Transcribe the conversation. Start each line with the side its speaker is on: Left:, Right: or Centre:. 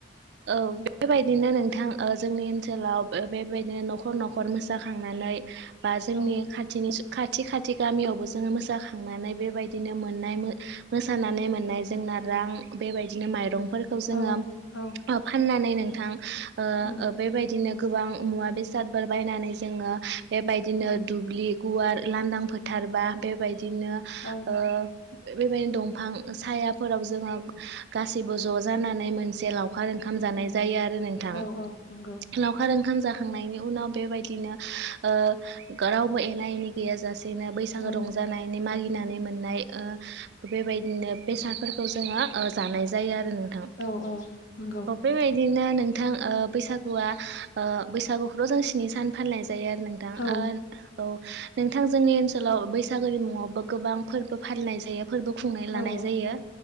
Right: औ बेबायदिनो नोंथां ओ जोंनि ओनसोलाव बेबायदिनो न'खर न'खर मोसाखांनानै बा जोंनि
Left: औ
Right: खाथिनि खाथि खाथि गामियावबो जोंङो मोसाखांनानै बेबायदिनो मोननाय मोसानानै मोननाय जोंङो नारां बेबायदिनो माइरं फोरखौ जोंङो
Left: औ औ
Right: ओ फानानै नोंथां ओ
Left: उम
Right: बेबादिनो गोबां मुवा बेसादफोर बायनानै जोङो बेबायदिनो
Left: उम
Right: दुब्लि गुवार लांदां फोथारबा बेबायदिनो
Left: औ
Right: ओ बेबायदिनो दंफां सायाफोराव जोंङो गासैबो ज' जानानै मोन से लावखार ओंखाम जानाय जायो आरो नोंथां
Left: औ औ नंगौ
Right: लावखार ओंखाम जाखांनायनि उनाव बेबायदि नो ओ रावबो एना एनि गैया जाासेनो बैसागु
Left: औ
Right: रंजानायनि मागिनानै मोननाय ओ बेबायदिनो बेसादफोरखौ जोंङो ओ जानाय जायो आरो नोंथां
Left: औ औ नंगौ
Right: बेबायदिनो नोंथां ओ बैसागुआ ओ बैसागुखौथ' जों स्नि सान फालिनाय जायो आरो नोंथां
Left: औ
Right: ओ औ नोंथां जोंनि ओनसोलाव बैसागोनि मुङावबो गोबां फोरबो फालिनाय जायो । फोरबो खुंनो
Left: औ
Right: लानाय
Left: औ
Right: जायो ।